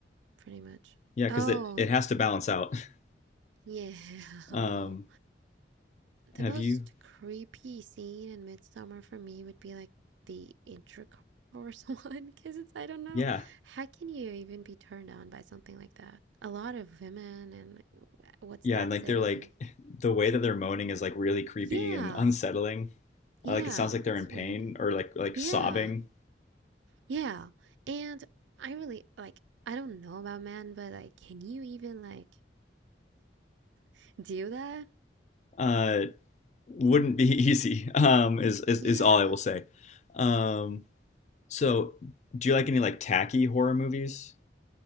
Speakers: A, on the right; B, on the left.
A: pretty much.
B: Yeah, because
A: Oh,
B: it it has to balance out. <laughs>
A: yeah. <laughs>
B: Um
A: Well, the
B: have
A: most
B: you
A: creepy scene in Midsummer for me would be like the intercourse <laughs> one because it's I don't know
B: yeah.
A: how can you even be turned on by something like that? A lot of women and what's
B: Yeah,
A: that
B: and like
A: setting?
B: they're like the way that they're moaning is like really creepy
A: Yeah.
B: and unsettling.
A: Yeah,
B: Uh, like it sounds like they're
A: it's
B: in pain
A: weird.
B: or like like
A: Yeah,
B: sobbing.
A: yeah. And I really like, I don't know about men, but like, can you even like <laughs> do that?
B: Uh wouldn't be <laughs> easy. Um, is is
A: Yeah,
B: is all I will say. Um, so do you like any like tacky horror movies?